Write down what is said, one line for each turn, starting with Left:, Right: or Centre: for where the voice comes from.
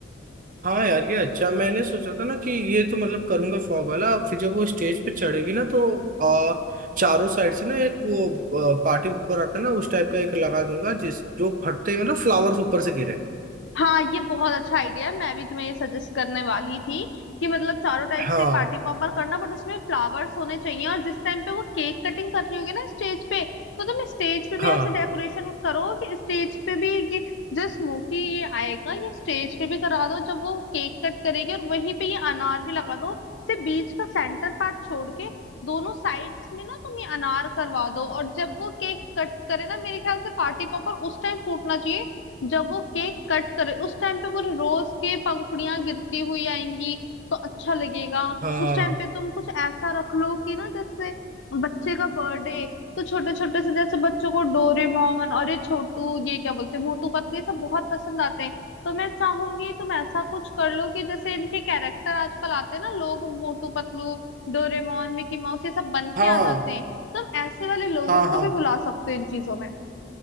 Right: हाँ यार ये अच्छा मैंने सोचा था ना कि ये तो मतलब करूंगा फॉग वाला फिर जब वो स्टेज पे चढ़ेगी ना तो आ, चारों साइड से ना एक वो पार्टी पेपर आता है ना उस टाइप का एक लगा दूंगा जिस जो फटते ही मतलब फ्लावर्स ऊपर से गिरे
Left: हाँ ये बहुत अच्छा आइडिया है मैं भी तुम्हें ये सजेस्ट करने वाली थी कि मतलब चारों टाइप
Right: हाँ
Left: से पार्टी पॉपर करना बट उसमें फ्लावर्स होने चाहिए और जिस टाइम पे वो केक कटिंग कर रही होगी ना स्टेज पे तो तुम स्टेज पे भी
Right: हाँ
Left: ऐसे डेकोरेशन करो कि स्टेज पे भी ये जो स्मोकी ये आएगा ये स्टेज पे भी करा दो जब वो केक कट करेगी और वहीं पे ये अनार भी लगा दो से बीच का सेंटर पार्ट छोड़ के दोनों साइड्स में ना तुम ये अनार करवा दो और जब वो केक कट करे ना मेरे ख्याल से पार्टी पॉपर उस टाइम फूटना चाहिए जब वो केक कट करे उस टाइम पे पूरे रोज की पंखुड़ियां गिरती हुई आएंगी तो अच्छा लगेगा
Right: हाँ
Left: उस टाइम पे तुम कुछ ऐसा रख लो कि ना जैसे बच्चे का बर्थडे तो छोटे छोटे से जैसे बच्चों को डोरेमोन और ये छोटू ये क्या बोलते हैं मोटू पतलू ये सब बहुत पसंद आते हैं तो मैं चाहूंगी तुम ऐसा कुछ कर लो कि जैसे इनके कैरेक्टर आजकल आते हैं ना लोग Motu Patlu Doraemon Mickey Mouse ये सब बन
Right: हाँ
Left: के आ जाते हैं तुम ऐसे वाले लोगों
Right: हाँ
Left: को
Right: हाँ
Left: भी बुला सकते हो इन चीजों में